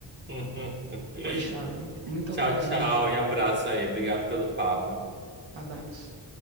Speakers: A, on the right; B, on the right.
A: <laughs>
B: Pois tá, viu? Muito
A: Tchau,
B: obrigada.
A: tchau
B: aí.
A: e abraço aí. Obrigado pelo papo.
B: Abraço.